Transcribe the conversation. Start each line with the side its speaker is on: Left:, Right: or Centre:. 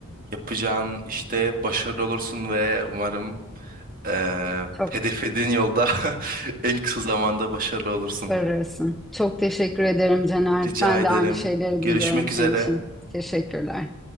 Right: Yapacağın işte başarılı olursun ve umarım eee
Centre: Çok
Right: hedeflediğin yolda <laughs> en kısa zamanda başarılı olursun.
Centre: ararısın. Çok teşekkür ederim Caner.
Right: Rica
Centre: Ben
Right: ederim.
Centre: de aynı şeyleri
Right: Görüşmek
Centre: diliyorum senin
Right: üzere.
Centre: için. Teşekkürler.